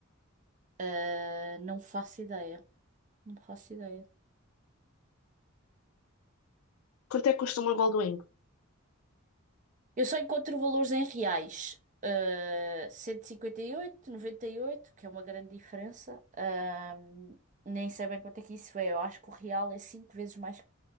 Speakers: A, on the right (about 35°); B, on the left (about 80°).
A: Ah, não faço ideia. Não faço ideia.
B: Quanto é que custa uma Goldwing?
A: Eu só encontro valores em reais. Uh, cento e cinquenta e oito, noventa e oito, que é uma grande diferença. Um, nem sei bem quanto é que isso é. Eu acho que o real é cinco vezes mais que